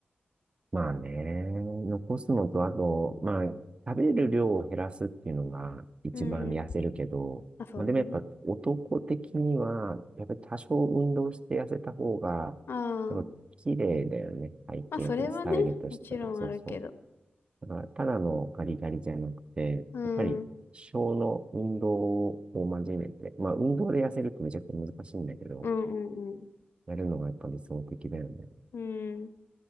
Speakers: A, on the right; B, on the left.
A: まあね、残すのと、あと、まあ、食べる量を減らすっていうのが一番痩せるけど、
B: うんうん。あ、そうね。
A: まあでもやっぱ男的には、やっぱり多少運動して痩せた方が、
B: あ
A: やっぱ綺麗だよね。
B: あ。
A: 体型とスタイルとしては。
B: まあそれはね、もちろんあるけど。
A: そうそう。だからただのガリガリじゃなくて、
B: うん。
A: やっぱり小の運動を真面目で、
B: うん
A: まあ運動で痩せるってめちゃくちゃ難しいんだけど、
B: うんうん。
A: やるのがやっぱ理想的だよね。
B: うん。